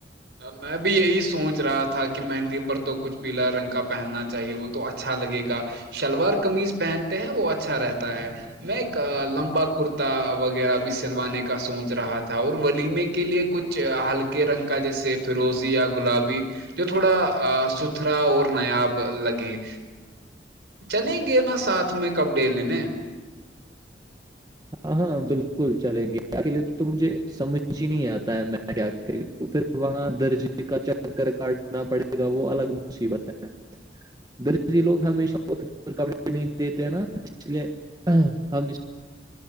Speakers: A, on the right; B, on the right.
A: میں بھی یہی سوچ رہا تھا کہ مہندی پر تو کچھ پیلا رنگ کا پہننا چاہے وہ تو اچھا لگے گا شلوار قمیز پہنتے ہیں وہ اچھا رہتا ہے میں ایک لمبا کرتا وغیرہ بھی سلوانے کا سوچ رہا تھا اور ولیمے کے لیے کچھ ہلکے رنگ کا جیسے فروزی یا گلابی جو تھوڑا ستھرا اور نایاب لگے چلیں گے نا ساتھ میں کپ ڈے لینے ج
B: ہاں ہاں بالکل چلیں گے کے لیے تو مجھے سمجھ ہی نہیں آتا ہے میں کیا تو پھر وہاں درجے کا چکر کاٹنا پڑے گا وہ الگ مصیبت ہے دری لوگ ہمیشہ کپڑے نہیں دیتے ہیں نا اس لیے ہمب